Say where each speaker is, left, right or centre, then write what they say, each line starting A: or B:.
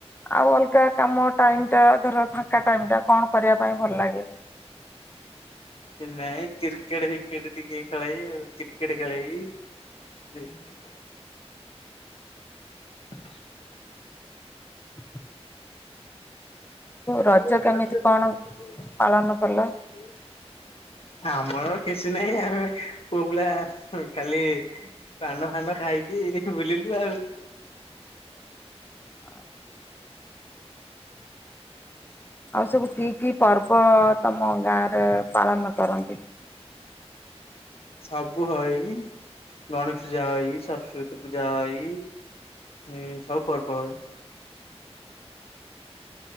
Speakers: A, on the left (about 20°); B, on the left (about 60°).
A: ଆଉ ଅଲଗା କାମ ଟାଇମ୍ ଟା ଧର ଫାଙ୍କା ଟାଇମ୍ ଟା କଣ କରିବା ପାଇଁ ଭଲ ଲାଗେ?
B: କିଛି ନାଇଁ କ୍ରିକେଟ ଫିକେଟ ଟିକେ ଖେଳେଇ ବି ଆଉ କ୍ରିକେଟ ଖେଳେଇବି। <unintelligible> <inaudible>
A: <inaudible> ରଜ
B: ଆଉ
A: କେମିତି
B: ରଜଟା
A: କଣ
B: <unintelligible>
A: ପାଳନ କଲ?
B: ଆମର କିଛି ନାହିଁ ଆଉ ପୁଅପିଲା କାଲି। ପାନ ଫାନ ଖାଇକି ବୁଲିଲୁ ଆଉ।
A: ଆଚ୍ଛା। ଆଉ ସବୁ କି କି ପର୍ବ ତମ ଗାଁରେ ପାଳନ କରନ୍ତି?
B: ସବୁ ହଇ ଗଣେଶ ପୂଜା ହଇ ସରସ୍ଵତୀ ପୂଜା ହଇ। ଏଇ ସବୁ ପର୍ବ ହଏ।